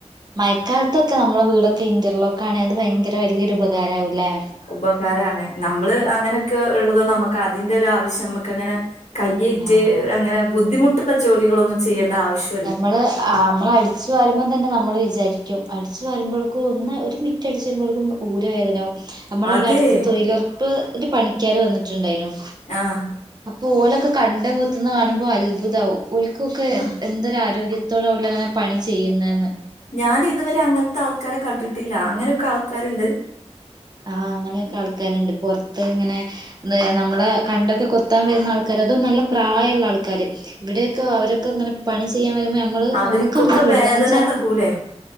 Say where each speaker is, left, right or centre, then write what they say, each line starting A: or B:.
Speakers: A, on the right; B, on the left.
A: മഴക്കാലത്ത് ക്കെ നമ്മളെ വീടൊക്കെ ഇൻന്റെർ ലോക്ക് ആണെ അത് ഭയങ്കര വലിയൊരുപകാരാവൂല്ലേ
B: ഉപകാരമാണ് നമ്മള് അങ്ങനെയൊക്കെ ഇള്ളതുകൊണ്ട് നമ്മുക്ക് അതിന്റെ ഒരു ആവശ്യം മ്മക്കങ്ങനെ കയ്യേറ്റ്
A: ആഹ് ആഹ്
B: അങ്ങനെ ബുദ്ധിമുട്ടുള്ള ജോലികളൊന്നും ചെയ്യേണ്ട ആവശ്യം
A: നമ്മള് നമ്മൾ അടിച്ചു വരുമ്പോ തന്നെ നമ്മള് വിചാരിക്കും അടിച്ച് വരുമ്പോളെക്കും ഒന്ന് ഒരു മിറ്റ് അടച്ച് വരുമ്പോളെക്കും ഊരവേദനവും നമ്മളെള്ള
B: അതെ
A: അടുത്ത് തൊയിലൊർ ഇപ്പോൾ ഒരു പണിക്കാർ വന്നിട്ടുണ്ടായിരുന്നു
B: ആഹ്
A: അപ്പൊ ഓലൊക്കെ കണ്ടം കൊത്തുന്നത് കാണുമ്പോ അത്ഭുത ആവും ഓൽക്കൊക്കെ
B: ആഹ്
A: എന്തൊരു ആരോഗ്യത്തോടെ ഓൽ അങ്ങനെ പണി ചെയ്യുന്ന്
B: ഞാൻ ഇതുവരെ അങ്ങനത്തെ ആൾക്കാരെ കണ്ടിട്ടില്ല അങ്ങനെയൊക്കെ ആൾക്കാര്ണ്ട്
A: ആഹ് അങ്ങനെയൊക്കെ ആൾക്കാരുണ്ട് പൊറത്ത് ഇങ്ങനെ ന്ന് നമ്മളെ കണ്ടൊക്കെ കൊത്താൻ വരുന്ന ആൾക്കാര് അതും നല്ല പ്രായള്ള ആൾക്കാര് ഇവിടെയൊക്കെ അവരൊക്കെ ഇങ്ങനെ പണി ചെയ്യാൻ വരുമ്പോ നമ്മള്
B: അവർക്കൊക്കെ
A: നമ്മുക്ക് അന്തംവിടും
B: വേദന
A: കാരന്ന്ച്ചാ
B: ഇളകൂലേ